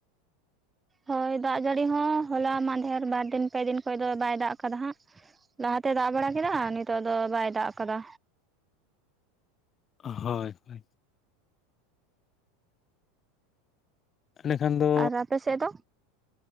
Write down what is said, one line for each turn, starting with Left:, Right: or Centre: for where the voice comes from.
Right: ᱦᱳᱭ ᱫᱟᱜ ᱡᱟᱹᱲᱤ ᱦᱚᱸ ᱦᱚᱞᱟ ᱢᱟᱫᱷᱮᱨ ᱵᱟᱨ ᱫᱤᱱ ᱯᱮ ᱫᱤᱱ ᱠᱷᱚᱡ ᱫᱚ ᱵᱟᱭ ᱫᱟᱜ ᱟᱠᱟᱫᱟ ᱦᱟᱸᱜ ᱾ ᱞᱟᱦᱟ ᱛᱮᱭ ᱫᱟᱜ ᱵᱟᱲᱟ ᱠᱮᱫᱟ ᱱᱤᱛᱚᱜ ᱫᱚ ᱵᱟᱭ ᱫᱟᱜ ᱟᱠᱟᱫᱟ᱾
Left: ᱦᱳᱭ ᱾ ᱛᱟᱦᱚᱞᱮ ᱠᱷᱟᱱ ᱫᱚ
Right: ᱟᱨ ᱟᱯᱮ ᱥᱮᱫ ᱫᱚ?